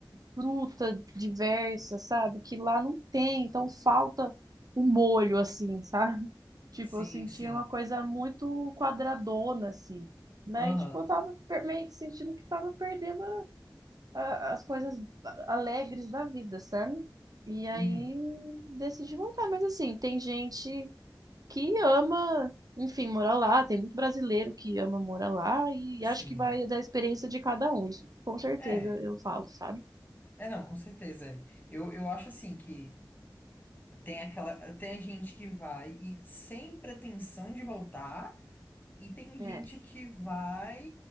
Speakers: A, on the right (about 50°); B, on the left (about 25°).
A: fruta diversa, sabe? Que lá não tem, então falta o molho assim, sabe? <laughs> Tipo,
B: Sim,
A: eu sentia
B: sim.
A: uma coisa muito quadradona assim. Né?
B: Aham.
A: E, tipo, eu tava per- meio que sentindo que tava perdendo a- as coisas alegres da vida, sabe? E aí
B: Uhum.
A: decidi voltar. Mas assim, tem gente que ama, enfim, morar lá. Tem muito brasileiro que ama morar lá. E
B: Sim.
A: acho que vai da experiência de cada um. Isso com certeza
B: É.
A: eu falo, sabe?
B: É, não, com certeza. é. Eu, eu acho assim que tem aquela tem a gente que vai e sem pretensão de voltar E tem gente
A: É.
B: que vai